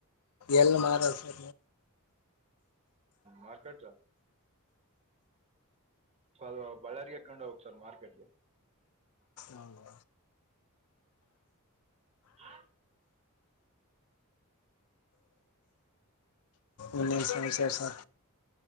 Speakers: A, on the left; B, on the right.
A: ಎಲ್ ಮಾರದು.
B: ಮಾರ್ಕೆಟ ಸಲ್ಲು ಬಳ್ಳಾರಿ ಕೆಂಡು ಹೋಗ್ಬೇಕು ಸರ್ ಮಾರ್ಕೆಟ್ಗೆ.
A: ಹೌದು,
B: ಹಾ
A: ಇನೇಮ್ ಸಮಸ್ಯೆ ಸ.